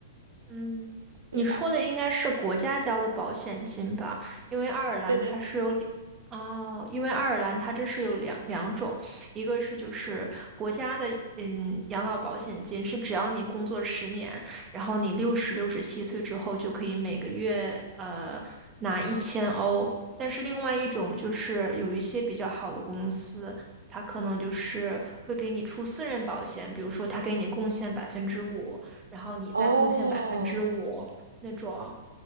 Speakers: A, on the right; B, on the right.
A: 嗯，
B: 对吧？
A: 你说的应该是国家交的保险金吧？因为爱尔兰它是有两哦，
B: 对对对，
A: 因为爱尔兰它这是有两两种，一个是就是国家的嗯养老保险金是只要你工作十年，然后你六十六十七岁之后就可以每个月呃拿一千欧，但是另外一种就是有一些比较好的公司。它可能就是会给你出私人保险，比如说它给你贡献百分之五，然后你再贡献百分之五那种，
B: 哦